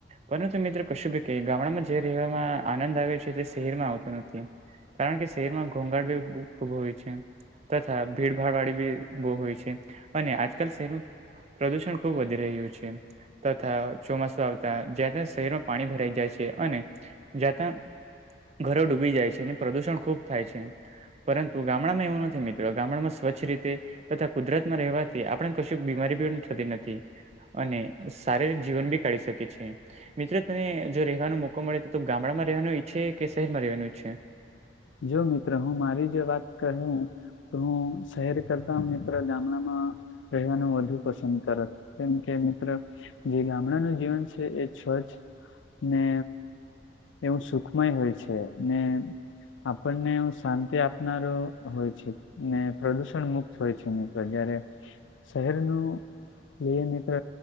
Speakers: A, on the right; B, on the left.
A: પરંતુ મિત્રો કશું ભી કેઈ કે ગામડામાં જે રહેવામાં આનંદ આવે છે તે શહેરમાં આવતો નથી. કારણ કે શહેર માં ઘોંઘાટ બી ખુબ હોય છે. તથા ભીડભાડ વાળી બી બહુ હોય છે અને આજકાલ શહેરો. પ્રદુષણ ખુબ વધી રહ્યું છે. તથા ચોમાસું આવતા જ્યાંતાં શહેરમાં પાણી ભરાઈ જાય છે અને જ્યાંતાં, ઘરો ડૂબી જાય છે અને પ્રદુષણ ખુબ થાય છે પરંતુ ગામડામાં એવું ન થી મિત્ર ગામડમાં સ્વચ્છ રીતે તથા કુદરત માં રહેવાથી આપણે કશું બીમારી પણ થતી નથી. અને સારિરિક જીવન બી કાઢી શકીએ છીએ. મિત્ર તને જો રહેવાનો મોકો મળે તો તું ગામડામાં રહેવાનું ઈચ્છે કે શહેરમાં રહેવાનું ઈચ્છે?
B: જો મિત્ર હું મારી જે વાત કહું. તો હું શહેર કરતા મિત્ર ગામડામાં. રહેવાનું વધુ પસંદ કરત કેમ કે મિત્ર. જે ગામડાનું જીવન છે એ <unintelligible> ને એવું સુખમય હોય છે ને, આપણને શાંતિ આપનારો હોય છે. ને પ્રદુષણ મુક્ત હોય છે મિત્ર જયારે. શહેરનું બે મિત્ર